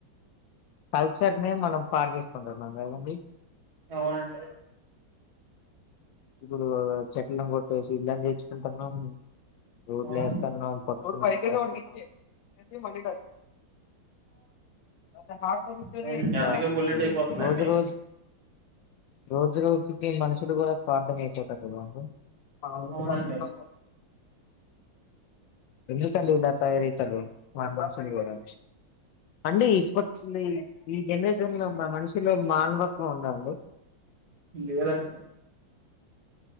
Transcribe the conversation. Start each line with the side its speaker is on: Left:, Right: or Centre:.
Left: కల్చర్ ని మనం పాడు జేసుకుంటున్నాం గదండి.
Right: అవునండి.
Left: ఇప్పుడు చెట్లను కొట్టేసి ఇల్లని తెచుకుంటాన్నాం రోడ్లు
Right: ఆ!
Left: ఎస్తాన్నాం. పైకెళ్ళి వాడికిచ్చేయ్ ఏసి మని మమెంట్ అవుతది.
Right: అవునండి
Left: రాసన్
Right: అందుకే పొల్యూట్
Left: ఫ్రీ
Right: అయిపోతుందండి
Left: రోజు రోజ్. రోజు రోజుకి మనుషులు గుడా స్పర్థం ఏసుకుంటారుకదండీ. అందర్
Right: అవునండి
Left: అట్లనే. ఎందుకండి ఇలా తయారయితార్రు మాక్ మాసమేయ్యరా అండి ఇప్పు. అస్లీ ఈ జనరేషన్లో మమనిషిలో మానవత్వం ఉందాండి.
Right: లేదండి.